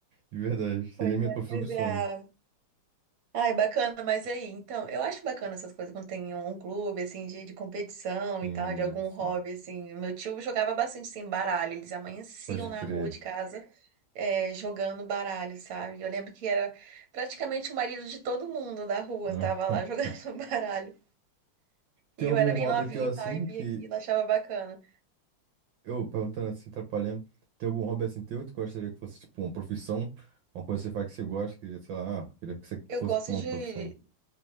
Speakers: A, on the right; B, on the right.
A: De verdade,
B: <laughs>
A: seria
B: pois
A: a minha
B: é,
A: profissão
B: pois
A: dos
B: é.
A: sonhos.
B: ah, Ai, bacana, mas e aí? Então, eu acho bacana essas coisas quando tem um clube, assim, de, de competição
A: Sim,
B: e tal, de algum
A: sim.
B: hobby, assim. O Meu tio jogava bastante, assim, baralho. Eles amanheciam
A: Pode
B: na
A: crer.
B: rua de casa. é, jogando baralho, sabe? Eu lembro que era praticamente o marido de todo mundo da rua,
A: <laughs>
B: tava lá <laughs> jogando baralho.
A: Tem
B: E
A: algum
B: eu era bem
A: hobby
B: novinha
A: teu assim
B: e tal, e via
A: que.
B: aquilo, achava bacana.
A: Eu perguntando assim, atrapalhando. Tem algum hobby assim teu que tu gostaria que fosse, tipo, uma profissão? Uma coisa que você faz que você gosta, que, sei lá, ah, queria que você
B: Eu
A: fosse
B: gosto
A: pra uma
B: de
A: profissão.